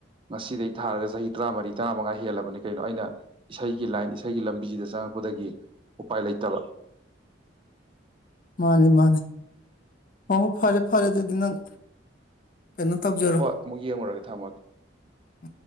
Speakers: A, on the right; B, on the left.
A: ꯉꯁꯤꯗꯒꯤꯩ ꯊꯥꯔꯒ ꯆꯍꯤ ꯇꯔꯥꯃꯔꯤ ꯇꯔꯥꯃꯉꯥ ꯍꯦꯜꯂꯕꯅꯤ ꯀꯩꯅꯣ ꯑꯩꯅ ꯏꯁꯩꯒꯤ ꯂꯥꯏꯟ ꯏꯁꯩꯒꯤ ꯂꯝꯕꯤꯁꯤꯗ ꯆꯪꯉꯛꯄꯗꯒꯤ ꯎꯄꯥꯏ ꯂꯩꯇꯕ
B: ꯃꯥꯅꯦ ꯃꯥꯅꯦ ꯑ ꯍꯣ ꯐꯔꯦ ꯐꯔꯦ ꯑꯗꯨꯗꯤ ꯅꯪ ꯀꯩꯅꯣ ꯇꯧꯖꯔꯣ
A: ꯍꯣꯏ ꯑꯃꯨꯛ ꯌꯦꯡꯂꯡꯨꯔꯒ ꯊꯝꯃꯒꯦ
B: ꯎꯝ